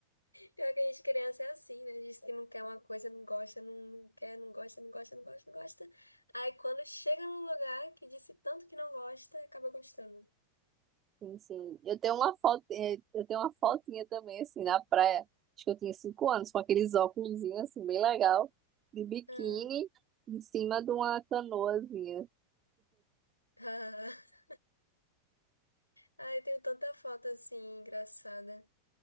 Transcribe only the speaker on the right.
Sim, sim. Eu tenho uma foto, eh, eu tenho uma fotinha também, assim, na praia. Acho que eu tinha cinco anos, com aqueles óculos, assim, bem legal, de biquíni,
em cima de uma canoazinha.